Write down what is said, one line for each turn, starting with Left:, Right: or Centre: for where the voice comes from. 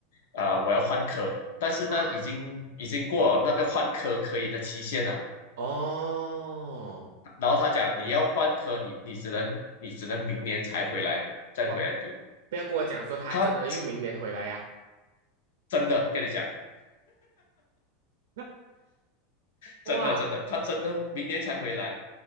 Left: 啊、我要换科，但是呢，
Right: 啊。
Left: 已经已经过了那个换科可以的期限了，
Right: 哦，
Left: 然后他讲你要换科，你你只能你只能明年才回来再回来读，
Right: 哇不要跟我讲说他真的又明年回来呀、
Left: 他真的跟你讲，
Right: <laughs> 哇，
Left: 真的真的，他真的明年才回来。